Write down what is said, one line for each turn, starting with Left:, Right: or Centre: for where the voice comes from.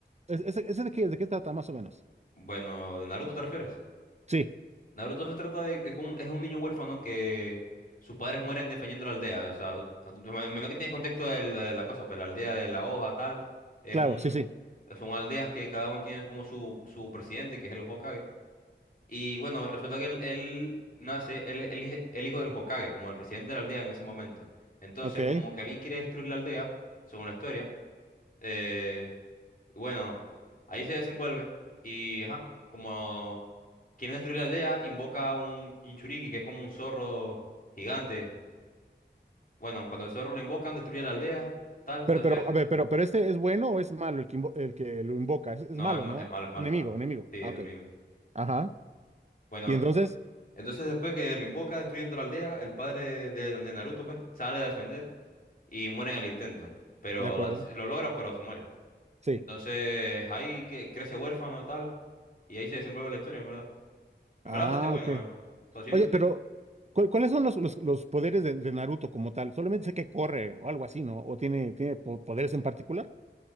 Right: ¿Es- ¿Ese, ese de qué, de qué trata más o menos?
Left: bueno, ¿de Naruto te refieres?
Right: Sí,
Left: Naruto se trata de... Es un, es un niño huérfano que sus padres mueren defendiendo la aldea. O sea, a- me- menos que tienes contexto de la, de la cosa, pero la aldea de la hoja, tal, es
Right: claro,
Left: un...
Right: sí, sí.
Left: Son aldeas que cada uno tiene como su, su presidente, que es el Hokage. Y bueno, resulta que él, él nace, él es el, hij- el hijo del Hokage, como el presidente de la aldea en ese momento. Entonces,
Right: Ok.
Left: como que alguien quiere destruir la aldea, según la historia, eh, y bueno, ahí se desenvuelve y, ajá, como quieren destruir la aldea, invoca a un Jinchuriki, que es como un zorro gigante. Bueno, cuando el zorro lo invocan, destruye la aldea, tal,
Right: Pero,
Left: entonces...
Right: pero, a ver, pero, pero este es bueno o es malo el que, invo- el que lo invoca? Es, es
Left: No,
Right: malo,
Left: es, ma-
Right: ¿no?
Left: es malo, es malo,
Right: Enemigo,
Left: es malo.
Right: enemigo.
Left: Sí,
Right: Ah,
Left: es enemigo.
Right: ok. Ajá.
Left: Bueno,
Right: Y entonces,
Left: entonces después que lo invoca, destruyen toda la aldea, el padre de, de Naruto, pues, sale a defender y muere en el intento. Pero
Right: de acuerdo.
Left: la- sí, lo logra, pero se muere.
Right: Sí.
Left: Entonces ahí que crece huérfano, tal, y ahí se desenvuelve la historia, en verdad. En
Right: Ah,
Left: verdad bastante bueno,
Right: ok.
Left: eh. O sea, siendo-
Right: Oye,
Left: siendo-
Right: pero ¿cuál- ¿cuáles son los, los, los poderes de, de Naruto como tal? Solamente sé que corre o algo así, ¿no? ¿O tiene, tiene po- poderes en particular?